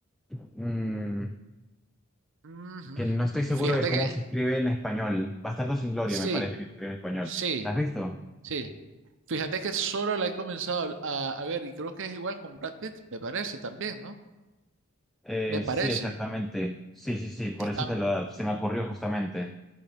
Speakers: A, in the centre; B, on the right.
A: mm,
B: Ujú.
A: que no estoy seguro
B: Fíjate
A: de cómo
B: que
A: se escribe en español. Bastardos sin Gloria
B: sí,
A: me parece que se escribe en español.
B: sí,
A: ¿La has visto?
B: sí. Fíjate que solo la he comenzado a, a ver y creo que es igual con Brad Pitt, me parece también, ¿no?
A: Eh,
B: Me parece
A: sí, exactamente. Sí, sí, sí, por
B: que están,
A: eso te lo, se me ocurrió justamente.